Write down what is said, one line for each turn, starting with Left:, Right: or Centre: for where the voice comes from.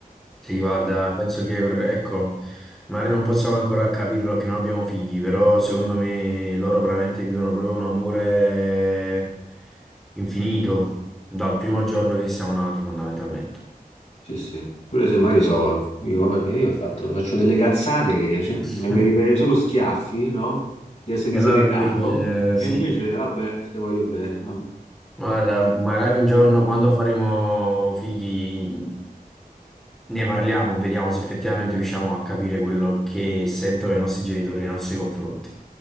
Centre: Sì, guarda, penso che, ecco, magari non possiamo ancora capirlo che non abbiamo figli, però secondo me loro veramente vivono proprio un amore infinito dal primo giorno che siamo nati, fondamentalmente.
Left: Sì, sì. Pure se magari so, dico, eh, io ho fatto- faccio delle cazzate che cioè,
Centre: <laughs>
Left: mi meriterei solo schiaffi, no? Di essere diseredato,
Centre: E loro invece,
Left: e
Centre: eh, sì,
Left: invece, vabbè, te voglio bene. vabbè.
Centre: guarda, magari un giorno quando faremo figli ne parliamo, vediamo se effettivamente riusciamo a capire quello che sentono i nostri genitori nei nostri confronti.